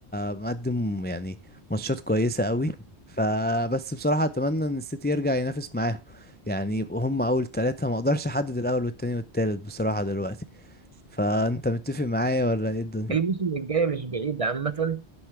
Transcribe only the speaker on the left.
مقدم يعني ماتشات كويسة قوي فبس بصراحة أتمنى إن السيتي يرجع ينافس معاهم يعني يبقوا هم أول تلاتة مقدرش أحدد الأول والتاني والتالت بصراحة دلوقتي فأنت متفق معايا ولا ايه الدنيا؟